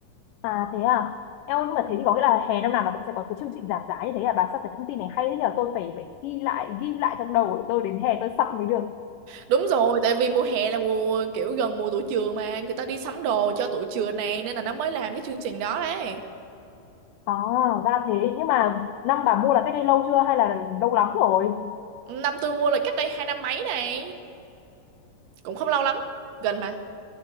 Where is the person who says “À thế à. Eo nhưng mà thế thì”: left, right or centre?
Left